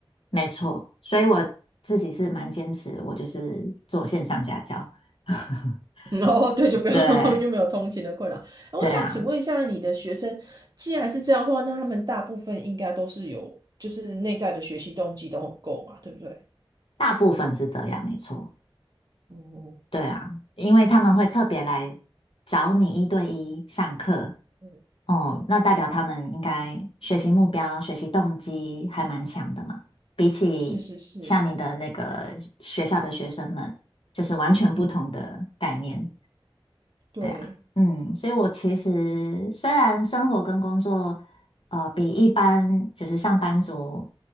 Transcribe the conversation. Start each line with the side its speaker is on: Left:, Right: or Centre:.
Left: 没错，所以我自己是蛮坚持，我就是做线上家教。<laughs>
Right: 哦，<laughs> 对，就不用
Left: 对
Right: <laughs> 就没有通勤的困扰。那我想请问一下，
Left: 对啊，
Right: 你的学生既然是这样的话，那他们大部分应该都是有，就是内在的学习动机都很够嘛，对不对？
Left: 大部分是这样，没错。
Right: 哦，
Left: 对啊，因为他们会特别来找你一对一上课，
Right: 嗯，
Left: 哦，那代表他们应该学习目标、学习动机还蛮强的嘛。比起像你的那个学校的学生们，
Right: 是是是，
Left: 就是完全不同的概念。
Right: 嗯，对
Left: 对啊，嗯，所以我其实虽然生活跟工作，呃，比一般就是上班族